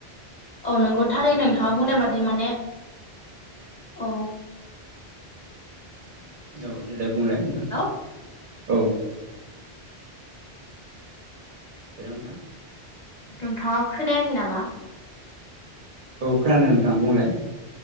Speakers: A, on the left; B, on the right.
A: औ नोंगौ थारै
B: बिदिनो
A: नोंथाङा
B: जोङो
A: बुंनाय बादि माने औ।
B: औ देलाय बुंलाय नोंथां
A: हेलौ
B: औ‌। हेलौ नोंथां।
A: नोंथाङा खोनायाखै नामा?
B: औ खोनादों नोंथां बुंलाय।